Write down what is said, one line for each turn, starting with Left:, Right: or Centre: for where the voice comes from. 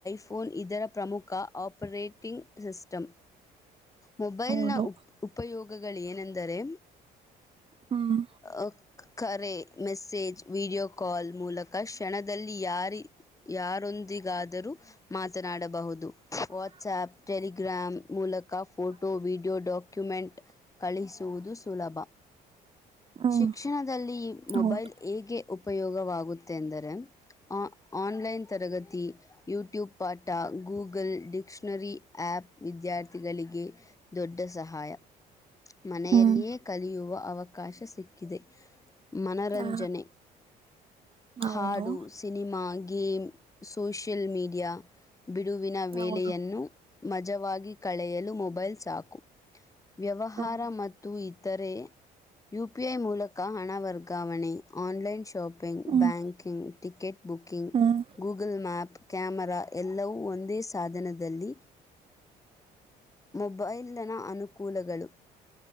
Left: ಫೋನ್ ಇದರ ಪ್ರಮುಖ ಆಪರೇಟಿಂಗ್ ಸಿಸ್ಟಮ್ ಮೊಬೈಲನ
Right: ಹೌದು
Left: ಉಪ್ ಉಪಯೋಗಗಳು ಏನೆಂದರೆ
Right: ಹ್ಮ್
Left: ಅ ಕರೆ ಮೆಸೇಜ್ ವಿಡಿಯೋ ಕಾಲ್ ಮೂಲಕ ಕ್ಷಣದಲ್ಲಿ ಯಾರಿ ಯಾರೊಂದಿಗಾದರೂ ಮಾತನಾಡಬಹುದು ವಾಟ್ಸಆಪ್ ಟೆಲಿಗ್ರಾಾಮ್ ಮೂಲಕ ಫೋಟೋ ವಿಡಿಯೋ ಡಾಕ್ ಕ್ಯುಮೆಂಟ್ ಕಳಿಸುವುದು ಸುಲಭ
Right: ಹ್ಮ್
Left: ಶಿಕ್ಷಣದಲ್ಲಿ ಈ ಮೊಬೈಲ್
Right: ಹೌದು
Left: ಹೇಗೆ ಉಪಯೋಗವಾಗುತ್ತೆಂದರೆ ಆ ಆನ್ಲೈನ್ ತರಗತಿ ಯೂಟ್ಯೂಬ್ ಪಾಠ ಗೂಗಲ್ ಡಿಕ್ಷನರಿ ಆ್ಯಪ್ ವಿದ್ಯಾರ್ಥಿಗಳಿಗೆ ದೊಡ್ಡ ಸಹಾಯ ಮನೆಯಲ್ಲಿಯೇ
Right: ಹ್ಮ್
Left: ಕಲಿಯುವ ಅವಕಾಶ ಸಿಕ್ಕಿದೆ ಮನರಂಜನೆ
Right: ಹಾ
Left: ಹಾಡು
Right: ಹೌದು
Left: ಸಿನಿಮಾ ಗೇಮ್ ಸೋಷಿಯಲ್ ಮೀಡಿಯಾ ಬಿಡುವಿನ ವೇಲೆಯನ್ನು
Right: ಹೌದು
Left: ಮಜವಾಗಿ ಕಳೆಯಲು ಮೊಬೈಲ್ ಸಾಕು ವ್ಯವಹಾರ
Right: ಹ್ಮ್
Left: ಮತ್ತು ದರೆ ಯ ಪಿ ಐ ಮೂಲಕ ಹಣ ವರ್ಗಾವಣೆ ಆನ್ಲೈನ್ ಶಾಪ್ ಪಿಂಗ್
Right: ಹ್ಮ್
Left: ಬ್ಯಾಂಕಿಂಗ್ ಟಿಕೆಟ್ ಬುಕಿಂಗ್
Right: ಹ್ಮ್
Left: ಗೂಗಲ್ ಮ್ಯಾಪ್ ಕ್ಯಾಮರಾ ಎಲ್ಲವೂ ಒಂದೇ ಸಾಧನದಲ್ಲಿ ಮೊಬೈಲ್ನ ಅನುಕೂಲಗಳು